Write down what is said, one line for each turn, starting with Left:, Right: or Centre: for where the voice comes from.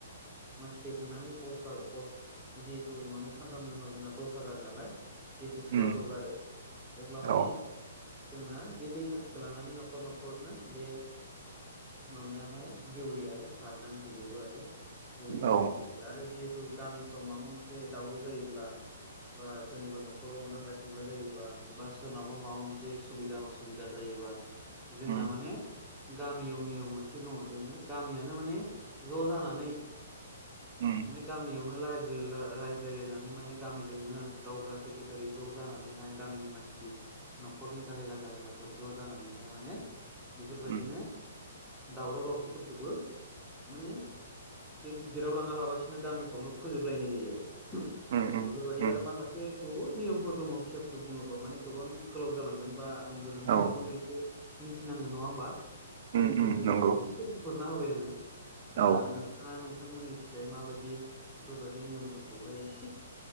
Centre: मानसि दैखांनानै पस् जिहेतु माने सानथामनि उनाव जोंना दस ह गार नालाय जिहेथु सुवाखौ
Right: उम
Centre: गारो अब्ला माने
Right: औ
Centre: जोंना बे दै सान्थिखौ लानानै न'खर न'खरनो बे माबायाहाय जेउरियाहाय सारनानै हैजोबो आरो बेबायदि
Right: औ
Centre: नियम निखि आरो जिहेतु गामिफ्राव माबा मोनसे दावराव जायोब्ला बा सोरनिबा न'खराव नांजलाय खमलाय जायोबा बा सोरनावबा माबा मोनसे सुबिदा असुबिदा जायोबा जोंना
Right: उम
Centre: माने गामियाव नियाव मोनसे दंङो जे माने गामियानो माने ज' जानानै
Right: उम
Centre: माने गामियावनो राय रायज्लायलायनानै माने गामिजोंनो गावब्रा सेक्रेटारि ज' जानानैहाय गामिनि मानसि मानसि न'खरनि गाहेला गाहेलाफोर ज' जानानैहाय माने बेफोरबायदिनो
Right: उम
Centre: दावराव दावसिफोरखौबो माने बे गिदिराव लांङा लाबसिनो गामिफ्रावनो फोजोबलायनाय जायो आरो बेफोरबायाददि
Right: उम उम उम
Centre: आरो माखासे बुहुत नियमफोर दङ फिसा फिसौ बुङोब्ला माने गोबां गोलाव जालांगोन बा आंबो नोंथांनिखौबो
Right: औ
Centre: एसे मिथिनांगोन नंङा होमबा
Right: उम
Centre: जिहेथु
Right: उम
Centre: जोंनिखौ
Right: नंगौ
Centre: एसे बुंथरना होबाय आंङो दा
Right: औ
Centre: नोंहा नों नोंथांमोननिथिय माबायदि बेफोरबायदि नियमफोरखौहाय एसे